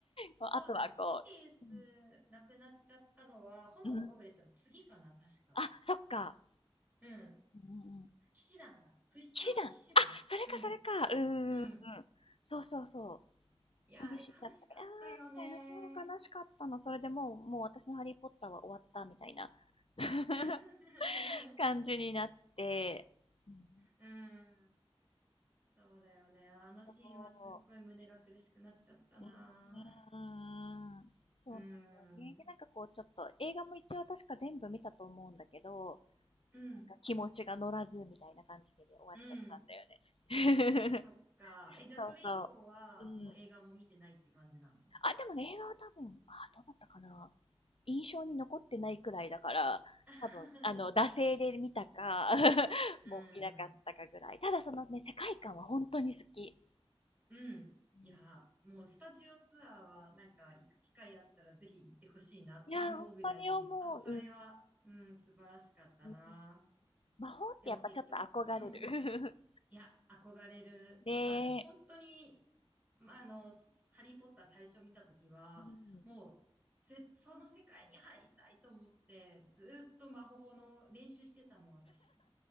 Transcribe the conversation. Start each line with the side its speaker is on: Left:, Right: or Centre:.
Left: こうあとはこう、
Right: そうだね。シリウスなくなっちゃったのは、
Left: う
Right: 炎のゴブレットの次かな、
Left: ん、うん、
Right: 確か。
Left: あ、そっか、
Right: うん、
Left: うん、
Right: 騎士団だ。不死鳥の騎士団うん、
Left: 騎士団、あ、それかそれか、うーん、
Right: うん。
Left: そうそうそう、
Right: いやあれ悲しかったよね
Left: 寂しいんだった時に、あーみたいな、そう悲しかったの。それでもう、もう私のハリーポッターは終わったみたいな <laughs>
Right: <laughs>
Left: 感じになって、うん
Right: うん。そうだよね。あのシーンはすっごい胸が苦しくなっちゃったな。
Left: そう、うーん、
Right: うん。
Left: そうなんだよね。で、なんかこう、ちょっと映画も一応確か全部見たと思うんだけど、
Right: うん、
Left: なんか気持ちが乗らずみたいな感じで、ね終わっちゃったんだよね。
Right: うん。そっか。
Left: <laughs>
Right: え、じゃあそれ以降は、
Left: そうそう。うん。
Right: もう映画も見てないって感じなの
Left: あ、でもね、映画は多分、あ、どうだったかな。印象に残ってないくらいだから、
Right: <laughs>
Left: 多分、あの、惰性で見たか <laughs>
Right: うん。
Left: もう見なかったかぐらい。ただそのね、世界観は本当に好き。
Right: うん。
Left: うん
Right: いや、もうスタジオツアーはなんか行く機会あったらぜひ行ってほしいなって思うぐらい、
Left: いやー、本当に思う。
Right: あ、それは、
Left: うん
Right: うん、素晴らしかったな。
Left: うん魔法ってやっぱちょっと憧れる。
Right: でも結局、うん。いや、憧れる。
Left: <laughs> ねえ。
Right: わかる。本当に、まあ、あの、ハリーポッター最初見たときは、
Left: うん
Right: もう、ぜ、その世界に入りたいと思って、ずっと魔法の練習してたもん、私。